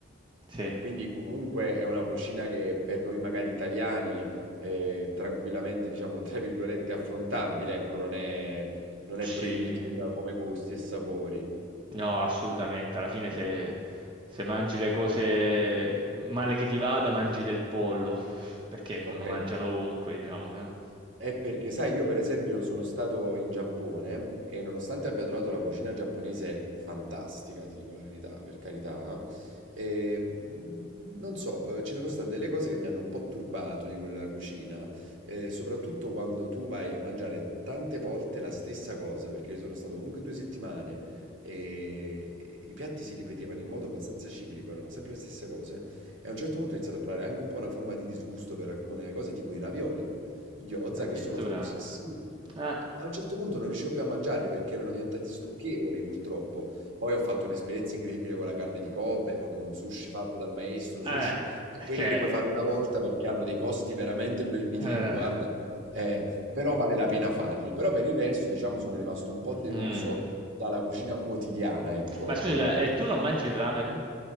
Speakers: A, on the right; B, on the right.
A: Sì,
B: Quindi comunque è una cucina che per noi magari italiani è tranquillamente, diciamo, tra virgolette, affrontabile, ecco, non è, non è
A: sì,
B: proibitiva come gusti e sapori.
A: no, assolutamente. Alla fine se, se mangi le cose male che ti vada, mangi del pollo, perché lo
B: Ok,
A: mangiano ovunque, diciamo. eh.
B: È perché, sai, io per esempio sono stato in Giappone e nonostante abbia trovato la cucina giapponese fantastica, ti dico la verità, per carità, eh, mh, non so, eh, ci sono state delle cose che mi hanno un po' turbato di quella cucina, eh, soprattutto quando tu vai a mangiare tante volte la stessa cosa, perché sono stato comunque due settimane e i piatti si ripetevano in modo abbastanza ciclico, erano sempre le stesse cose, e a un certo punto ho iniziato a provare anche un po' una forma di disgusto per alcune cose, tipo i ravioli i gyoza
A: Addirittura.
B: che sono famosissimi.
A: Eh.
B: A un certo punto non riuscivo più a mangiarli perché erano diventati stucchevoli, purtroppo. Poi ho fatto un'esperienza incredibile con la carne di Kobe o con un sushi fatto dal maestro sushi,
A: Eh,
B: e quelli
A: che...
B: li puoi fare una volta perché hanno dei costi veramente proibitivi,
A: Eh.
B: guarda. Eh, però vale la pena farli. Però per il resto, diciamo, sono rimasto un po' deluso
A: Mm.
B: dalla cucina quotidiana, ecco.
A: Ma scusa, e tu
B: eh,
A: non mangi il ramen?